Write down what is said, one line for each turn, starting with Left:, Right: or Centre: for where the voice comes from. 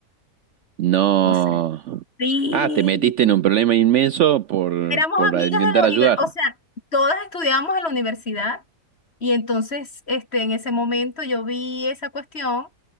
Right: no.
Left: O sea, sí.
Right: Ah, te metiste en un problema inmenso por,
Left: Éramos
Right: por
Left: amigas
Right: intentar
Left: de la
Right: ayudar.
Left: universidad, o sea, todas estudiábamos en la universidad y entonces, este, en ese momento yo vi esa cuestión